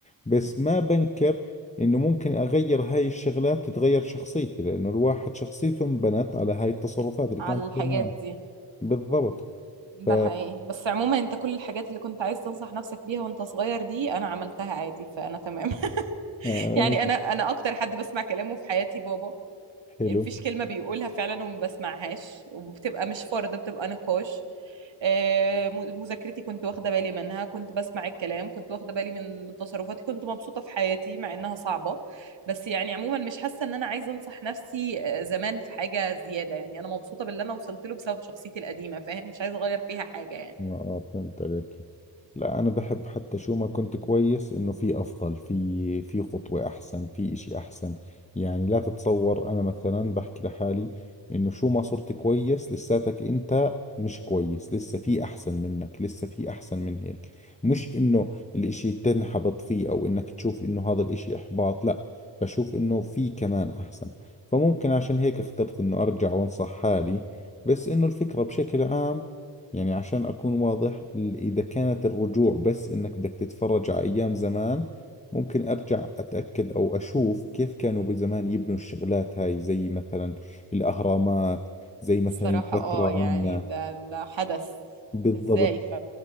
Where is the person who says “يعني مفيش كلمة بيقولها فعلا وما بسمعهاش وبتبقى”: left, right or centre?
Right